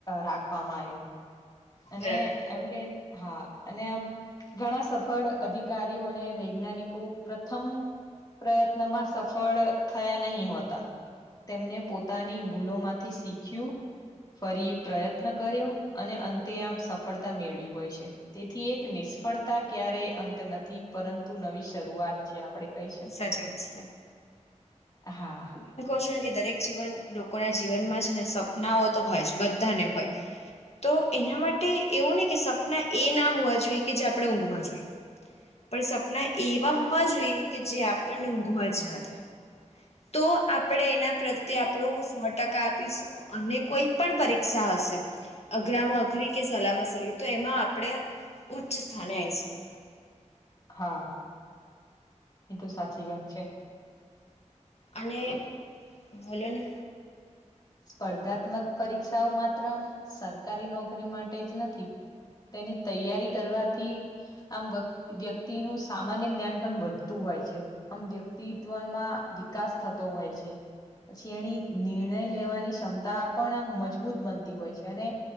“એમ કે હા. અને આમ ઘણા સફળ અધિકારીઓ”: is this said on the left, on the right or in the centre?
Left